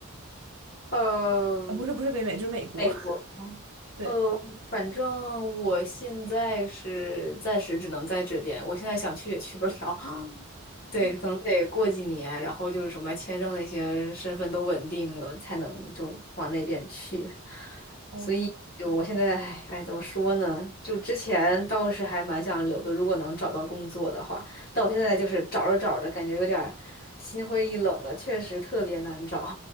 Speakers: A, on the left; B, on the right.
A: 呃，
B: 啊，不是不是北美，就是美国。
A: 美国吗，
B: <laughs> 对，
A: 呃，反正我现在是暂时只能在这边，我现在想去也去不了，对，
B: 嗯，
A: 可能得过几年，然后就是什么签证那些身份都稳定了，才能就往那边去。
B: 哦，
A: 所以就我现在，哎，哎怎么说呢？就之前倒是还蛮想留的，如果能找到工作的话。但我现在就是找着找着，感觉有点儿心灰意冷了，确实特别难找。